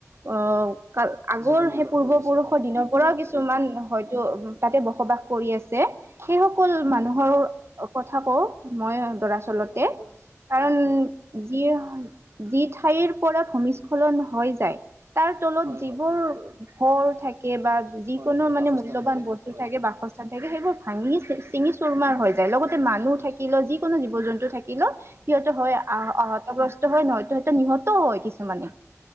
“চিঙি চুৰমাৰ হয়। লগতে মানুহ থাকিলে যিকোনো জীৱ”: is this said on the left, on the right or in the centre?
Right